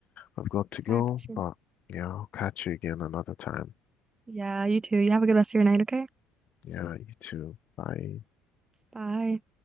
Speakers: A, on the left; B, on the right.
A: I've got to go,
B: I appreciate
A: but
B: it.
A: yeah, I'll catch you again another time.
B: Yeah, you too. You have a good rest of your night, okay?
A: Yeah, you too. Bye.
B: Bye.